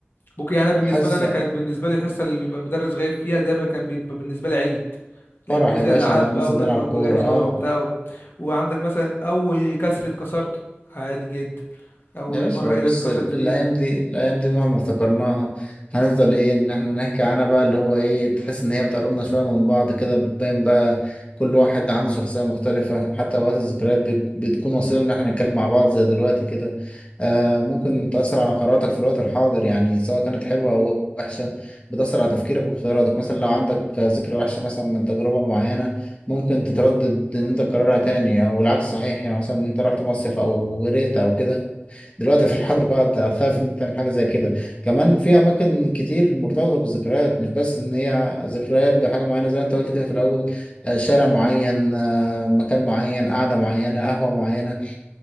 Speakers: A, on the left; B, on the left.
A: ممكن يعني أنا بالنسبة
B: حاسة
A: لي انا كانت بالنسبة لي الحصة اللي بيبقى المدرس غايب فيها ده بقى كان بيبقى بالنسبة لي عيد لان
B: فرح
A: زي
B: يا باشا
A: العاب
B: ننزل
A: بقى ونضحك
B: نلعب كورة
A: ودي هزار
B: اه
A: وبتاع وعندك مثلا اول كسر اتكسرته عادي جدا اول
B: يا باشا
A: مره ايدك
B: بص
A: اتكسرت
B: الأيام
A: فيها
B: دي الأيام دي مهما افتكرناها هنفضل إيه إن إحنا نحكي عنها بقى اللي هو إيه تحس إن هي بتقربنا شوية من بعض كده بتبان بقى كل واحد عنده شخصية مختلفة حتى وقت الذكريات بت- بتكون وسيلة إن إحنا نتكلم مع بعض زي دلوقتي كده آه ممكن تأثر على قراراتك في الوقت الحاضر يعني سواء كانت حلوة أو وحشة بتأثر على تفكيرك واختياراتك مثلا لو عندك ذكرى وحشة مثلا من تجربة معينة ممكن تتردد إن أنت تكررها تاني أو العكس صحيح يعني مثلا إن أنت رحت مصيف أو غرقت أو كده دلوقتي في الحر بقى هتخاف ان انت تعمل حاجه زي كده كمان في اماكن كتير مرتبطه بالذكريات مش بس ان هي ذكريات بحاجه معينه زي ما انت قلت كده في الاول آه، شارع معين آه، مكان معين قعده معينه قهوه معينه